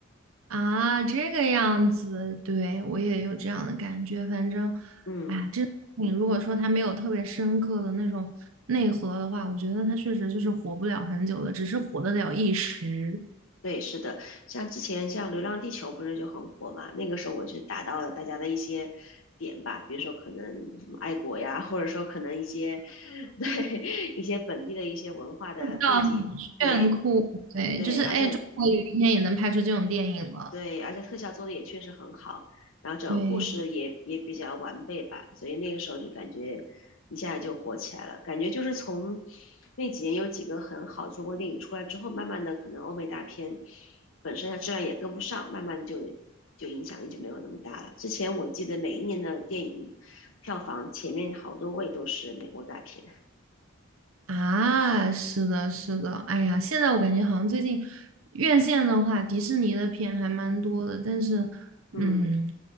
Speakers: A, on the right; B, on the left.
A: 啊，这个样子，对，我也有这样的感觉。反正，
B: 嗯。
A: 哎，这你如果说它没有特别深刻的那种内核的话，我觉得它确实就是活不了很久的，只是活得了一时。
B: 对，是的，像之前像《流浪地球》不是就很火嘛？那个时候我就打到了大家的一些点吧，比如说可能什么爱国呀，或者说可能一些 <laughs> 对一些本地的一些文化的背景，
A: 到很
B: 对
A: 炫酷，对，
B: 对，
A: 就是哎，
B: 而且
A: 中国有一天也能拍出这种电影了。
B: 对，而且特效做的也确实很好，然后整个故事也也比较完备吧，
A: 对，
B: 所以那个时候就感觉一下就火起来了。感觉就是从那几年有几个很好的中国电影出来之后，慢慢的可能欧美大片本身它质量也跟不上，慢慢的就就影响力就没有那么大了。之前我记得每一年的电影票房前面好多位都是美国大片，
A: 啊，是的，是的，哎呀，现在我感觉好像最近院线的话，迪士尼的片还蛮多的，但是，
B: 嗯
A: 嗯，